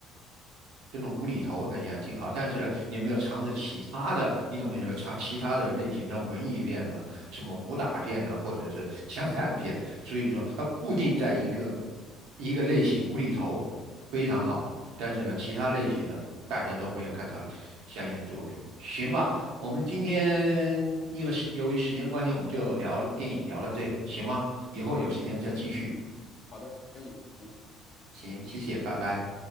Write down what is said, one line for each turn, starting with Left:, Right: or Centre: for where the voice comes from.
Right: 这种无厘头，哎呀，挺好，但是呢，也没有尝试其他的，你懂我意思吧？尝其他的类型，像文艺片了，什么武打片了，或者是枪战片，所以说它固定在一个一个类型，无厘头非常好，
Left: 是，
Right: 但是呢，
Left: 对，
Right: 其他类型呢，大家都没有看到相应的作品，行吧？我们今天因为时由于时间关系，我们就聊了电影，聊到这里，行吗？以后有时间再继续，
Left: 好的，可以，行。
Right: 行，谢谢，拜拜。